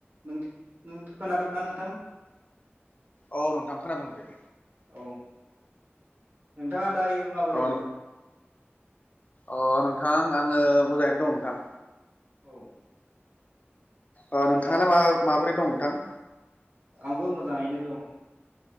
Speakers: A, on the right; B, on the left.
A: नों नों खोनादोंना नोंथां?
B: औ नोंथां खोनादोंं दे।
A: औ नोंथाङा दायो माबोरै
B: अ
A: दं
B: अ नोंथां आङो मोजाङैनो दं नोंथां।
A: औ।
B: ओ नोंथाङालाय
A: दा
B: मा माबोरै दं नोंथां?
A: आंबो मोजाङैनो दं।